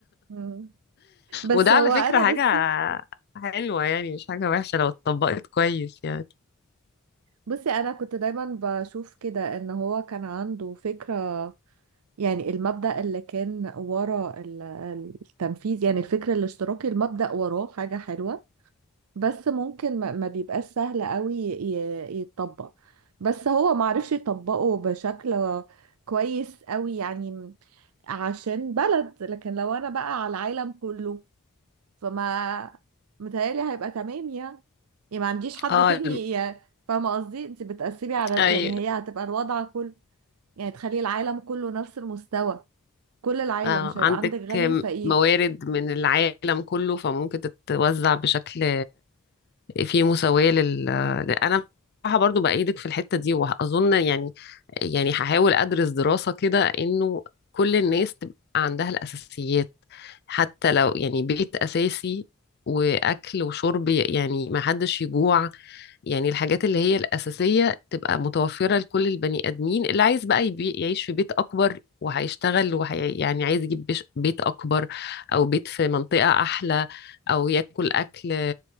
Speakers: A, on the right; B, on the left.
A: مم. بس
B: وده على
A: هو
B: فكرة
A: أنا بصي
B: حاجة حلوة يعني مش حاجة وحشة لو اتطبقت كويس يعني
A: بصي أنا كنت دايما بشوف كده إن هو كان عنده فكرة يعني المبدأ اللي كان ورا ال- التنفيذ يعني الفكر الاشتراكي المبدأ وراه حاجة حلوة بس ممكن ما ما بيبقاش سهل قوي ي- يتطبق بس هو معرفش يطبقه بشكل كويس قوي يعني عشان بلد لكن لو انا بقى على العالم كله فما متهيألي هيبقى تمام يعني يعني ما عنديش حد
B: اه
A: تاني
B: الم-
A: ي- فاهمة قصدي انت بتقسمي على
B: أيوة
A: يعني هي هتبقى الوضع كله يعني تخلي العالم كله نفس المستوى كل العيلة
B: آه
A: مش
B: عندك
A: هيبقى عندك غني وفقير
B: موارد من العالم كله فممكن تتوزع بشكل فيه مساواة لل أنا بصراحة برضو بأيدك في الحتة دي وأظن يعني يعني هحاول أدرس دراسة كده إنه كل الناس تبقى عندها الأساسيات حتى لو يعني بيت أساسي وأكل وشرب يعني ما حدش يجوع يعني الحاجات اللي هي الأساسية تبقى متوفرة لكل البني آدمين اللي عايز بقى يبي- يعيش في بيت أكبر وهيشتغل وحي... يعني عايز يجيب بيش- بيت أكبر أو بيت في منطقة أحلى أو ياكل أكل